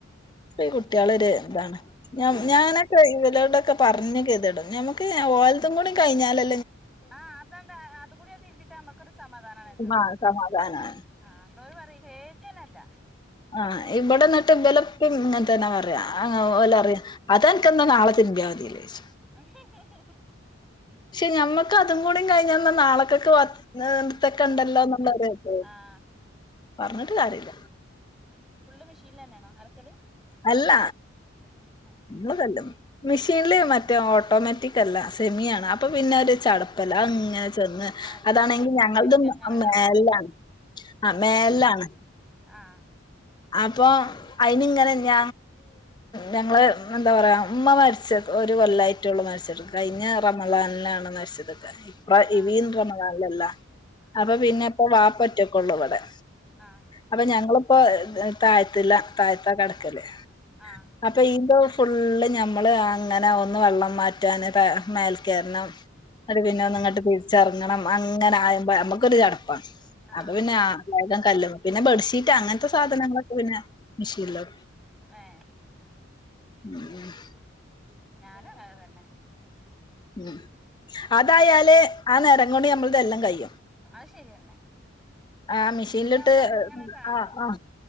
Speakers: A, on the left; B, in the centre.
A: ഈ കുട്ടികളര് ഇതാണ് ഞ
B: ഉം
A: ഞാനൊക്കെ വിലടെൊക്കെ പറഞ്ഞു കേ്ടും ഞമുക്ക് ഓലത്തും കൂടി കഴിഞ്ഞാലല്ല
B: ആഹ അതെന്താ അത കൂടി അത് തിന്തിട്ട നമ്മുക്കൊരു സമാധാനണല്ലോ
A: ആ സമാധാനാണ്
B: ആ അതോരു പറ കേക്കനല്ല
A: ആഹ് ഇവിടെന്നിട്ട് ബിലപ്പും ഇങ്ങനെന്നെ പറ അ വല്ല അറിയാം അത എനക്ക്െന്താണ് ആളത്തിന്റെ വാധിയിലച്ചു
B: ആ് <unintelligible>
A: പക്ഷെ ഞമ്മക്ക് അതും കൂടും കഴിഞ്ഞന്ന നാളക്കൊക്കെ വ ഇ ഇത്തൊക്കെ ഉണ്ടല്ലോ എന്നുള്ളസ
B: ആഹ്
A: പറഞ്ഞിട്ട് കാര്യില്ല
B: ഫുള് മെഷീനി തന്നെയാണോ അലക്കല്
A: അല്ല
B: ഉം
A: ഉ വല്ലും മെഷീനിലേ മറ്റേ ഓട്ടോമാറ്റിക് അല്ല സെമിയാണ് അപ്പൊ പിന്നെ ചടപ്പല അങ്ങനെ ചെന്ന്
B: ആഹ് ഇന്റതും
A: അതാണെങ്കിൽ
B: തന്നെ
A: ഞങ്ങളത്
B: വലിച്ചങ്ങനെ ഇടണം
A: മേലാണ് ആ മേലാണ്
B: ആഹ
A: അപ്പൊ അയിനിങ്ങനെ ഞ ഞങ്ങള് എന്താ പറയാ ഉമ്മ മരിച്ച ഒരു കൊല്ലായിറ്റള്ള മരിച്ചെടുക്ക കഴിഞ്ഞ റമലാനിലാണ് മരിച്ചെടുക്കുക
B: ആഹ്
A: വീന്ത്രമളല്ല
B: ആഹ്
A: അപ്പൊ പിന്നെ ഇപ്പൊ വാപ്പറ്റും കൊണ്ടള്ളവിടെ
B: ആഹ്
A: അപ്പൊ ഞങ്ങള പ്പോ താഴ്ത്തില്ല താഴ്ത്താ കിടക്കല്
B: ആഹ്
A: അപ്പൊ ഈന്റെ ഫുള്ള് നഞമ്മള് അങ്ങനെ ഒന്ന് വെള്ളം മാറ്റാൻ മേൽക്കയറണം അ പിന്നെ ഒന്ന് ഇങ്ങോട്ട് തിരിച്ചറങ്ങണം അങ്ങനെ ആയുമ്പ നമുക്കൊരു ചടപ്പാണ്
B: ആഹ്
A: അപ്പ
B: ആഹ്
A: പിന്ന കല്ലുന്നു പിന്നെ ബെ്ീറ്റ് സാധനങ്ങൾ പിന്നെ മഷീല്ലോ
B: ഏ
A: ഉം <unintelligible>
B: ഞാനും അങ്ങനെ തന്നെ
A: ഉ അതായല്േ ആ നിരം കൊുടിി നമ്മള ഇതെല്ലാം കഴിയും
B: അത് ശെരിയന്നെ
A: ആ മിഷീനിലിട്ട്
B: മഷീലാവുമ്പോ അങ്ങനെ താങ്ങി
A: ആ
B: നക്കും
A: ആ